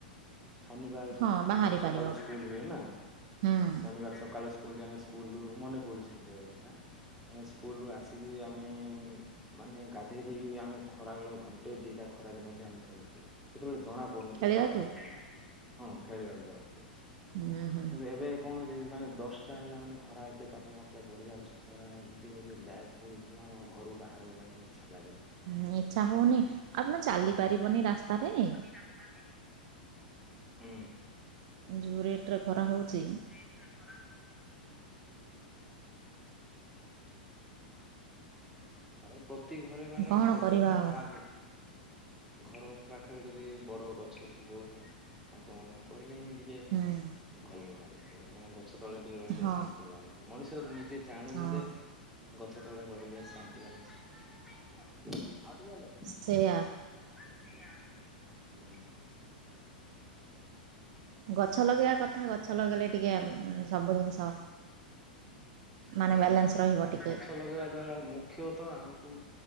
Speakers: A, in the centre; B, on the right.
A: ଶନିବାର
B: ହଁ ବାହାରି
A: ଆମର ସକାଳୁ
B: ପାରିବ
A: ସ୍କୁଲ। ହୁଏ ନା
B: ହୁଁ
A: ଶନିବାର ସକାଳୁ ସ୍କୁଲ ଟି, ଆମେ ସ୍କୁଲ ରୁ ମନେ ପଡୁଛୁ ସେତେବେଳେ କଥା, ମାନେ ସ୍କୁଲ ରୁ ଆସି କି ଆମେ ମାନେ ଗାଧେଇ ଦେଇକି ବି ଆମେ, ଖରା ବେଳେ ଘଣ୍ଟେ ଦିଟା ଖରାରେ ମଧ୍ୟ ଆମେ ଖେଳୁଥିଲୁ। ସେତେବେଳେ ଜଣାପଡ଼ୁନଥିଲା
B: ଖେଳିବାକୁ
A: ଖରା କଣ, ହଁ ଖେଳିବାକୁ ଯାଉଥିଲେ।
B: ହୁଁ ହୁଁ।
A: କିନ୍ତୁ ଏବେ କଣ କି ମାନେ ଦଶଟା ହେଲା ମାନେ, ଖରା ଏତେ ତାପମାତ୍ରା ବଢ଼ିଯାଉଛି, ଖରା ଏମିତି ହେଉଛି ଦ୍ୟାଟ୍ ପ ଆଉ ଘରୁ ବାହାରିବା ପାଇଁବି ଇଚ୍ଛା ଲାଗୁନି।
B: ହୁଁ ଇଚ୍ଛା ହଉନି, ଆଉ ବା ଚାଲି ପାରିବନି ରାସ୍ତାରେ।
A: <unintelligible> ହୁଁ।
B: ଯେଉଁ ରେଟ୍ରେ ଖରା ହେଉଛି
A: <unintelligible> ତାପରେ ପ୍ରତି ଘରେ ମାନେ
B: କଣ
A: ଦେଖ
B: କରିବା
A: ଯାହା
B: ଆଉ
A: ଘର ପାଖରେ ଯଦି ବଡ ଗଛ ଥିବ। ନା କଣ କହିଲେ ହିଁ ଟିକେ,
B: ହୁଁ।
A: ଭଲ ଲାଗୁଥିବ ମାନେ ଗଛ ତଳେ ଟିକେ ରହିଲେ
B: ହଁ
A: ଶାନ୍ତି ଲାଗୁଛି, ମଣିଷ ନିଜେ ଜାଣୁଛି
B: ହଁ
A: ଯେ ଗଛ ତଳେ ରହିଲେ ଶାନ୍ତି ଲାଗୁଛି ଆଉ ଟିକେ ହେଲେ।
B: ସେୟା
A: ସେୟା ହୁଁ
B: ଗଛ ଲଗେଇବା କଥା, ଗଛ ଲଗେଇଲେ ଟିକେ ସବୁ ଜିନିଷ ମାନେ
A: ହୁଁ
B: ବାଲାନ୍ସ ରହିବ
A: ନାଇଁ
B: ଟିକେ।
A: ଗଛ ଲଗେଇବା ମୁଖ୍ୟତଃ ଆମକୁ